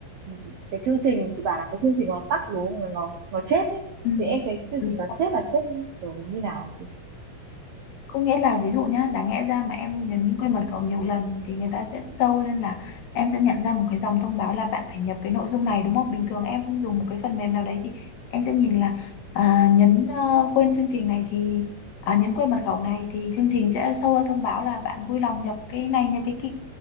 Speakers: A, on the right; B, on the left.
A: ừ, cái chương trình chị bảo là cái chương trình nó tắt đúng không nó nó chết ấy
B: ừ.
A: thì em cái chương
B: Đúng
A: trình nó chết là chết kiểu như nào hả chị
B: Có nghĩa là ví dụ nhá, đáng lẽ ra mà em nhấn quên mật khẩu nhiều lần thì người ta sẽ show lên là em sẽ nhận ra một cái dòng thông báo là bạn phải nhập cái nội dung này đúng không? Bình thường em dùng một cái phần mềm nào đấy thì em sẽ nhìn là à, nhấn ờ, quên chương trình này thì à, nhấn quên mật khẩu này thì chương trình sẽ show ra thông báo là bạn vui lòng nhập cái này nhập cái kia.